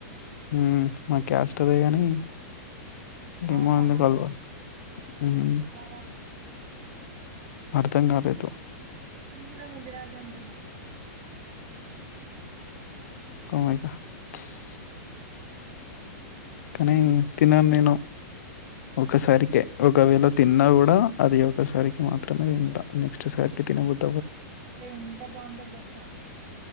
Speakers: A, on the left; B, on the right.
A: ఉ మా క్యాస్ట్ అదే గాని
B: అవునా
A: ఏమో ఎందుకు
B: <unintelligible>
A: అలవా హ్మ్. అర్థం కాలేదు
B: మేము కూడా <unintelligible> రాజు అంటున్నా
A: కోమైకా స్ కానీ తినను నేను ఒకసారికే ఒకవేళ తిన్నా కూడా అది ఒకసారికి మాత్రమే తింటా నెక్స్ట్ సారికి తినబుద్ది
B: రే ఎంత బాగుంటది తెలుసా